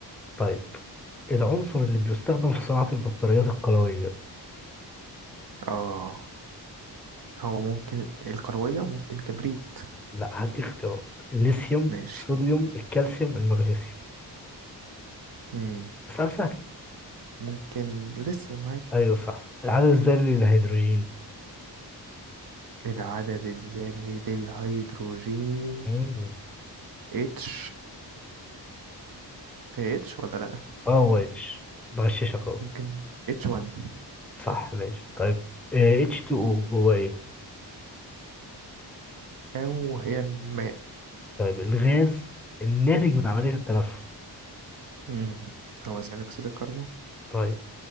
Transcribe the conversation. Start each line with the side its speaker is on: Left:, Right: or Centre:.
Centre: طيب العنصر اللي بيستخدم في صناعة البطاريات القلوية
Right: اه هو ممكن الكروية ممكن كبريت
Centre: لا هدي اختيارات الليثيوم
Right: ماشي
Centre: الصوديوم الكالسيوم المغنيسيوم
Right: مم.
Centre: سؤال سهل
Right: ممكن ليثيوم عادي
Centre: أيوه صح العدد الذري للهيدروجين
Right: العدد الذري للهيدروجين
Centre: مم.
Right: اتش هي اتش ولا لأ
Centre: اه هو اتش بغششك اهو
Right: ممكن اتش 1
Centre: صح ماشي طيب آه، اتش 2 او هو ايه
Right: أو هي الماء
Centre: طيب الغاز الناتج من عملية التنفس
Right: مم. هو ثاني أكسيد الكربون
Centre: طيب